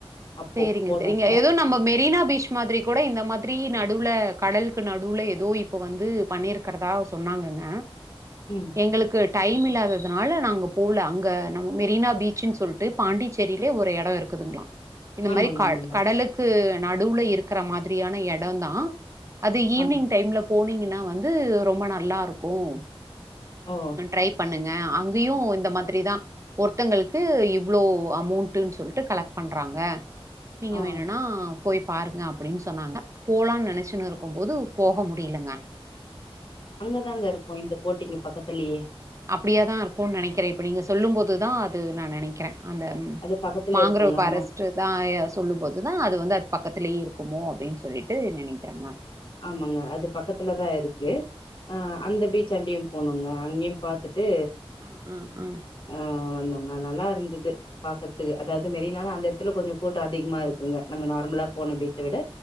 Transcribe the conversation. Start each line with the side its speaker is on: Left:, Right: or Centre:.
Left: அப்போ
Right: சேரிங்க
Left: போனப்ப
Right: சேரிங்க ஏதோ நம்ம மெரினா பீச் இ மாதிரி கூட இந்த மாதிரி நடுவில் கடலுக்கு நடுவில்ல ஏதோ இப்போ வந்து பண்ணியிருக்கிறதா சொன்னாங்கங்க
Left: ம்
Right: எங்களுக்கு டைம் இல்லாததுனால நாங்க போல அங்க நம்ம மெரினா பீச்சுன்னு சொல்லிட்டு பாண்டிச்சேரியிலே ஒரு இட இருக்குதுங்களா இந்த
Left: ஆமாங்க
Right: மாதிரி
Left: ஆமாங்க
Right: கடலுக்கு நடுவுல இருக்கிற மாதிரியான இட தா அது ஈவி்னிங்
Left: ஆமாங்க
Right: டைம்ல போனீங்கன்னா வந்து ரொம்ப நல்லா இருக்கும்
Left: ஓ
Right: ஹ ட்ரை பண்ணுங்க அங்கயு இந்த மாதிரிதா ஒருத்தங்களுக்கு இவ்ளோ அமௌண்ட்டன்னு சொல்லிட்டு கலக்ட் பண்றாங்க நீங்க
Left: ஆ
Right: வேணும்னா போய் பாருங்க அப்டின்னு சொன்னாங்க போலாம்னு நினைச்சுன்னு இருக்கும்போது போக முடிலங்க
Left: அங்கதாங்க இருக்குங்க இந்த போட்டிங்க பக்கத்துலயே
Right: அப்டியா தா இருக்கும்னு நெனைக்கிற இப்ப நீங்க சொல்லு போதுதா அது நா நெனைக்கிற அந்த
Left: அது பக்கத்துலயே
Right: மாங்கரோ
Left: இருக்குங்க
Right: ஃபாரஸ்
Left: ஆனா
Right: தா சொல்லும் போதுதா அது வந்து அது பக்கத்திலேயே இருக்குமோ அப்டின்னு சொல்லிட்டு நெனைக்கிறங்க
Left: ஆமாங்க அது பக்கத்துல தா இருக்கு அ அந்த பீச் அண்டயு போனங்க அங்கயு பாத்துட்டு
Right: அ அ அ
Left: அ வந்தோங்க நல்லா இருந்து பாக்கறதுக்கு அதாவது மெரினால அந்த இடத்துல கொஞ்ச கூட்ட அதிகமா இருக்குங்க நம்ம நார்மலா போன பீச்ச விட